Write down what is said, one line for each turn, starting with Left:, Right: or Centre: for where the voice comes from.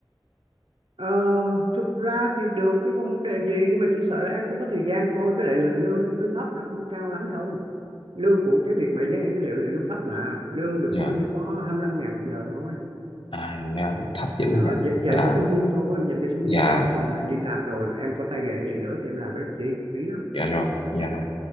Right: Ờ, thực ra thì được chứ không vấn đề gì nhưng mà chỉ sợ là em không có thời gian thôi với lại lời lương nó cũng hơi thấp nó không cao lắm đâu lương của cái việc mà dán nhãn dữ liệu này lương thấp mà lương được
Left: dạ
Right: có bao nhiêu có hai mươi lăm ngàn một giờ thôi
Left: à dạ thấp dữ nhỉ
Right: đó d- dành
Left: dạ
Right: cho sinh viên thôi dành cho sinh
Left: dạ
Right: viên thôi chứ còn mình đi làm rồi mà em có tay nghề vậy nữa thì em làm cái làm chi phí lắm
Left: dạ rồi dạ rồi